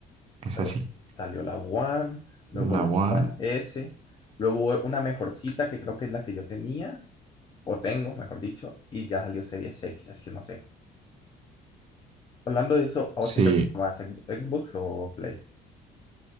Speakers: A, on the right (about 35°); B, on the left (about 25°).
A: es
B: Luego
A: así.
B: salió la One, luego
A: La
B: la
A: One,
B: One S, luego una mejorcita que creo que es la que yo tenía, o tengo, mejor dicho, y ya salió Series X, es que no sé. Hablando de eso, ¿a
A: sí.
B: vos qué te gusta más, Xbox o Play?